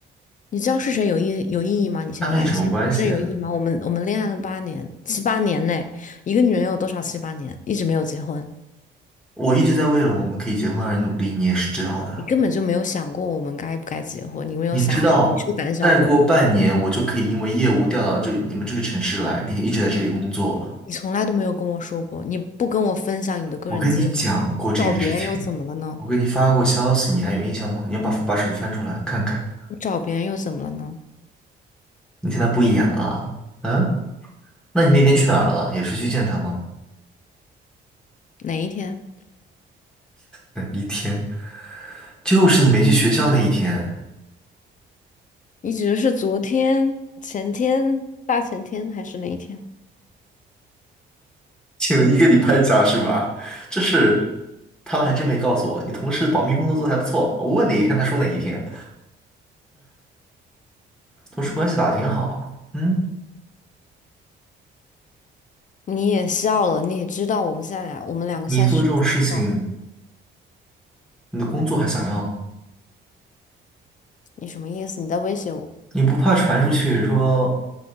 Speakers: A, on the left (about 40°); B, in the centre.
A: 你知道是谁有意有意义吗？你现在现在有这有意义吗？
B: 他和你什么关系啊
A: 我们我们恋爱了八年，七八年呢，一个女人有多少七八年一直没有结婚？
B: 我一直在为了我们可以结婚而努力，你也是知道的。
A: 你根本就没有想过我们该不该结婚，你没有想好，
B: 你知道，
A: 你是个胆小鬼，
B: 再过半年我就可以因为业务调到这你们这个城市来，并且一直在这里工作了。
A: 你从来都没有跟我说过，你不跟我分享你的个人计划，
B: 我跟你讲过这件事情，
A: 找别人又怎么了呢？
B: 我给你发过消息，你还有印象吗？你要把把手机翻出来看看。
A: 你找别人又怎么了呢？
B: 你现在不演了嗯？啊那你那天去哪儿了？也是去见他吗？
A: 哪一天？
B: 哪一天，就是你没去学校那一天。
A: 你指的是昨天、前天、大前天还是哪一天？
B: 请了一个礼拜假是吧？这是他们还真没告诉我。你同事保密工作做得还不错，我问哪一天他说哪一天，同事关系打得挺好啊。嗯，
A: 你也笑了，你也知道我们现在俩我们两个现在是什么情况？
B: 你做这种事情，你的工作还想要吗？
A: 你什么意思？你在威胁我？
B: 你不怕传出去说